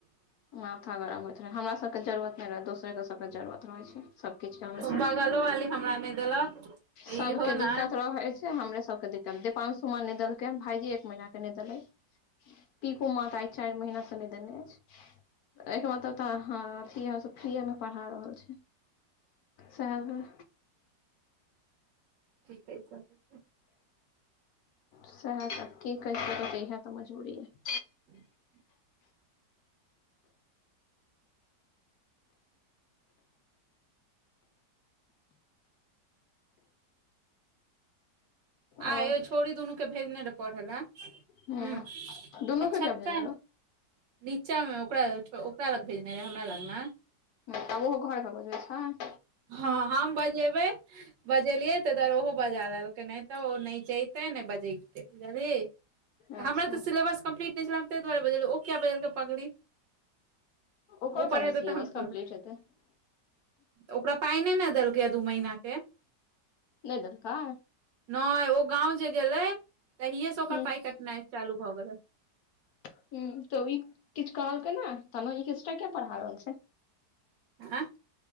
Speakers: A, on the left; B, on the right.
A: माथा गरम होइत रहैये, हमरा सभके जरूुरत नहि रहै दोसरे दोसरके जरूरत रहै छैय सभकिछके हमेशा।
B: ओ बगलो वाली हमरा नहि देलक
A: सबके
B: इहो ने
A: दिक्कत रोहै छैय। हमरे सबके दिक्कत दीपांशु मा नहि देलकै भाईजी एक महीना के नहि देलैथ। पीकू मा त आइ चाइर महीना स नहि देने अछि। एयके मतलब त ह अथी हम सब फ्रीयेमे पढ़ा रहल छी सेह बुझ।
B: ठीक अइ सब।
A: सेहे त की करियै इहे त मज़बूरी अइ।
B: <inaudible> आ
A: और
B: यै छोरी दुनू के भेजने रहय पढ़े लए। हु
A: हूँ दुनू
B: आ
A: के
B: छ्पन
A: किया भेजने रहो
B: नीचामे ओकरा-ओकरा लग भेजने रहे हमरा लग नय।
A: त ओहो घरमे बजबै छैन।
B: हां, हम बजेबै। बजेलियै तऽधर ओहो बजा लेलकै नैय तऽ ओ नैय जैते ने बजेे तैय जे भी
A: अच्छा
B: हमरा तऽ सिलेबस कम्पलीट नैय अइछ हम ताहि दुआरे बजेलियै, ओ कियै बजेलके पगली
A: ओकरो
B: उ पढ़ेतै
A: नहि सिलेबस
B: तैय हमस
A: कम्प्लीट तऽ <unintelligible>
B: ओकरा पाइ नैय ने देलकैय हे दू महीना के
A: नैय देलकै।
B: नैय ओ गाँंव जे गेलै तहिए से ओकर
A: ह
B: पाइ कटनाइ चालू भऽ गेलै।
A: हूं, तऽ ई किछ कहलकै नैय त ने ई कियके पढ़ा रहल छैय
B: आँ